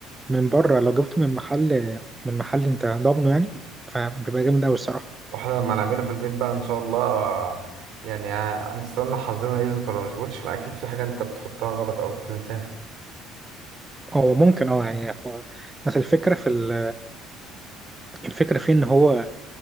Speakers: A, on the right; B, on the right.
A: من بره لو جبته من محل من محل انت ضامنه يعني فبيبقى جامد قوي الصراحه
B: وإحنا لما نعمله في البيت بقى إن شاء الله يعني هنستنى حظنا يظبط ولا ما يظبطش ما أكيد في حاجة أنت بتحطها غلط أو بتنساها
A: هو ممكن اه يعني هو اصل الفكره في ال- الفكره فيه ان هو